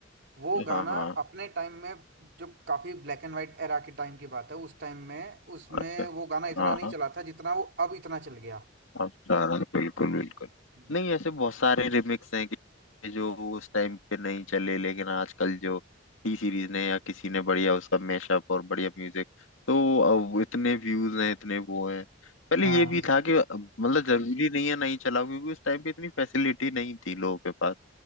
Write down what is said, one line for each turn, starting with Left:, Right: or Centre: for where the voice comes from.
Right: वो गाना
Left: हाँ हाँ
Right: अपने टाइम में जो काफी ब्लैक एंड वाइट एरा के टाइम की बात है उस टाइम में उसमें
Left: अच्छा
Right: वो गाना इतना
Left: हाँ
Right: नहीं चला था जितना वो अब इतना चल गया
Left: अच्छा बिल्कुल
Right: हम्म
Left: बिल्कुल
Right: हम्म।
Left: नहीं ऐसे बहुत सारे रिमिक्स हैं कि जो उस टाइम पे नहीं चले लेकिन आजकल जो टी सीरीज ने या किसी ने बढ़िया उसका मैशअप और बढ़िया म्यूजिक तो अब इतने व्यूज हैं इतने वो हैं पहले
Right: हाँ
Left: ये भी था कि अब मतलब जरूरी नहीं है नहीं चलाओ क्योंकि उस टाइम पे इतनी फैसिलिटी नहीं थी लोगों के पास